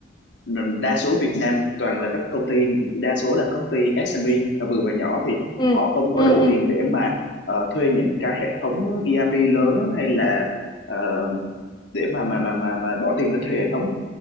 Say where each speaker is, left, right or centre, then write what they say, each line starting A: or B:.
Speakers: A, on the left; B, on the left.
A: Nên đa số Việt Nam toàn là các công ty đa số là công ty SME là vừa và nhỏ thì
B: ừ
A: họ không có
B: ừ
A: đủ
B: ừ
A: tiền để mà ờ, thuê những cái hệ thống ERP lớn hay là ờ, để mà mà mà mà mà bỏ tiền ra thuê hệ thống